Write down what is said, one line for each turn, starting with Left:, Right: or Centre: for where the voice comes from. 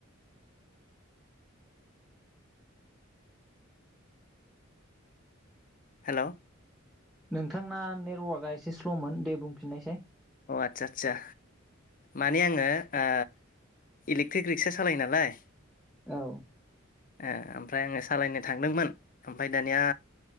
Left: हेलौ
Centre: नोंथांना नेटवार्कआ एसे स्ल'मोन दे बुंफिननायसै
Left: आदसा आदसा माने आङो ओ इलेक्ट्रिक रिक्सा सालायो नालाय
Centre: औ
Left: ओ ओमफ्राय आङो सालायनो थांदोंमोन ओमफ्राय दानिया